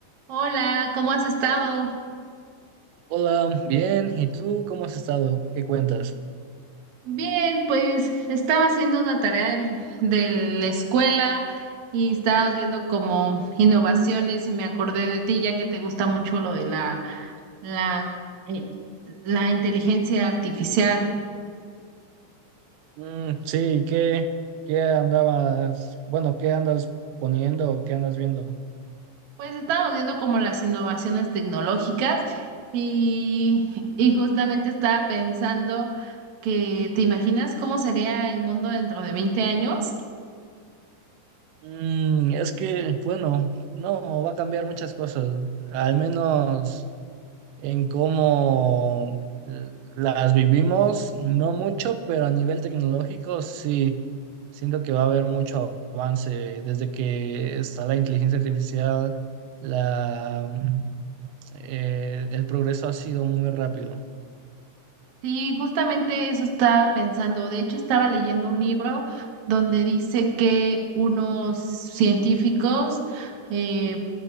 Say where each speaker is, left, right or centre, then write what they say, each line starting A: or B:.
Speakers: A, on the right; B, on the right.
A: Hola, ¿cómo has estado?
B: Hola, bien. ¿Y tú cómo has estado? ¿Qué cuentas?
A: Bien, pues estaba haciendo una tarea del- de la escuela y estábamos viendo como innovaciones y me acordé de ti, ya que te gusta mucho lo de la, la, eh, la inteligencia artificial.
B: Mm, sí, ¿qué, qué andabas? Bueno, ¿qué andas poniendo o qué andas viendo?
A: Pues estábamos viendo como las innovaciones tecnológicas y, y justamente estaba pensando que, ¿te imaginas cómo sería el mundo dentro de 20 años?
B: Mm, es que, bueno, no, va a cambiar muchas cosas, al menos en cómo eh, las vivimos, no mucho, pero a nivel tecnológico sí, siento que va a haber mucho avance desde que está la inteligencia artificial, la, mm, eh, el progreso ha sido muy rápido.
A: Sí, justamente eso estaba pensando. De hecho, estaba leyendo un libro donde dice que unos científicos eh,